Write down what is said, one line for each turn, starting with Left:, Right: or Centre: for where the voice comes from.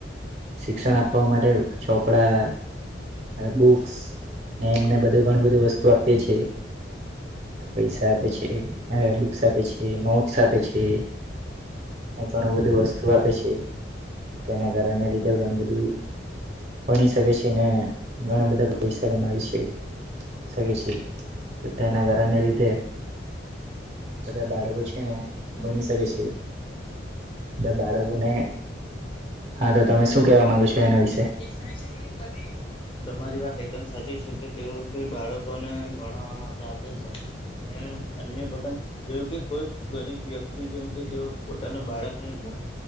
Right: શિક્ષણ આપવા માટે ચોપડા બુક્સ ને એમને બધું ઘણું બધી વસ્તુ આપીએ છીએ પૈસા આપે છે બુક્સ આપે છે નોટ્સ આપે છે ઘણું બધું વસ્તુ આપે છે તેના કારણને લીધે ઘણું બધું ભણી શકે છે ને ઘણા બધા પૈસા કમાવી છે શકે છે. તો તેના કારણને લીધે બધા બાળકો છે ને, ભણી શકે છે. બાળકોને, હા તો તમે શું કેવા માંગો છો એના વિશે?
Left: <unintelligible> તમારી વાત એકદમ સાચી છે કે તેવુ કઈ બાળકોને ભણાવવા માટે આડે છે અને અન્ય પતન <unintelligible> કોઈક ગરીબ વ્યક્તિ જેમ કે તેઓ પોતાના બાળકને ભ